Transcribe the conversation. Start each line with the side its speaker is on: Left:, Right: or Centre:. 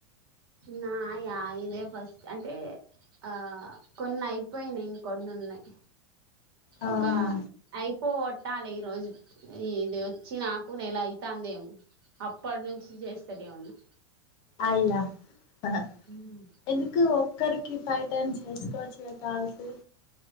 Right: నాయా ఇదే ఫస్ట్ అంటే. ఆ కొన్ని అయిపోయినాయి ఇం కొన్ని ఉన్నాయి
Left: ఆహా
Right: ఒక, అయిపో కొట్టాలి ఈ రోజు ఇ ఇది వచ్చి నాకు నేల అవుతుందేమో. అప్పటి నుంచి చేస్తేనేే ఉన్నా.
Left: అయ్యా అ హ
Right: ఉ అ
Left: ఎందుకు ఒక్కరికి ఫైవ్ టైమ్ చేసుకోవచ్చుగా కాల్స్.